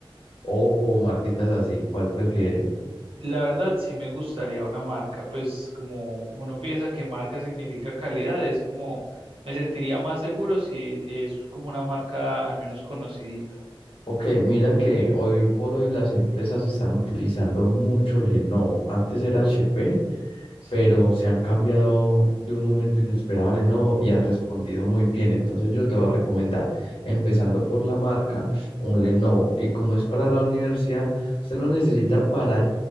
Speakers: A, on the left; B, on the right.
A: Oppo, marquitas así, ¿cuál prefiere?
B: La verdad, sí me gustaría una marca, pues como uno piensa que marca significa calidad, es como me sentiría más seguro si es como una marca al menos conocidita.
A: Ok, mira que hoy por hoy las empresas están utilizando mucho Lenovo. Antes era HP,
B: Sí,
A: pero se han cambiado de un momento inesperado a Lenovo y ha respondido muy bien. Entonces yo te voy a recomendar, empezando por la marca, un Lenovo. Y como es para la universidad, usted lo necesita para